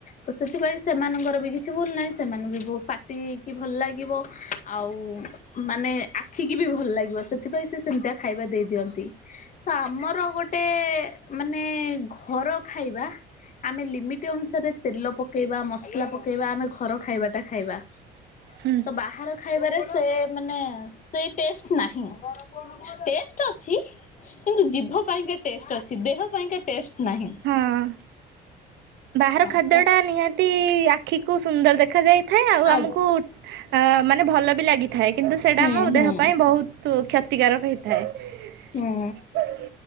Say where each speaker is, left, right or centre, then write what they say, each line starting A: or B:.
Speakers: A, on the left; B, on the right.
A: ତ ସେଥିପାଇଁ ସେମାନଙ୍କର ବି କିଛି ଭୁଲ ନାହିଁ। ସେମାନଙ୍କୁ ବି ପାଟିକି ଭଲ ଲାଗିବ। ଆଉ ମାନେ ଆଖିକି ବି ଭଲ ଲାଗିବ। ସେଥିପାଇଁ ସେ ସେମିତିଆ ଖାଇବା ଦେଇ ଦିଅନ୍ତି। ତ ଆମର ଗୋଟେ ମାନେ ଘର ଖାଇବା। ଆମେ ଲିମିଟ୍ ଅନୁସାରେ ତେଲ ପକେଇବା ମସଲା ପକେଇବା ଆମେ ଘର ଖାଇବାଟା ଖାଇବା।
B: ହୁଁ।
A: ତ ବାହାର ଖାଇବାରେ ସେ ମାନେ ସେ ଟେଷ୍ଟ ନାହିଁ। ଟେଷ୍ଟ୍ ଅଛି। କିନ୍ତୁ ଜିଭ ପାଇଁକା ଟେଷ୍ଟ୍ ଅଛି, ଦେହ ପାଇଁକା ଟେଷ୍ଟ୍ ନାହିଁ।
B: ହଁ ବାହାର
A: ହଁ
B: ଖାଦ୍ୟଟା
A: ତ
B: ନିହାତି ଆଖିକୁ ସୁନ୍ଦର ଦେଖା ଯାଇଥାଏ ଆଉ
A: ଆ
B: ଆମକୁ ଆ ମାନେ ଭଲ ବି ଲାଗି ଥାଏ କିନ୍ତୁ ସେଇଟା
A: ହୁଁ
B: ଆମ
A: ହୁଁ
B: ଦେହ ପାଇଁ ବହୁତ କ୍ଷତିକାରକ ହେଇଥାଏ।
A: ହୁଁ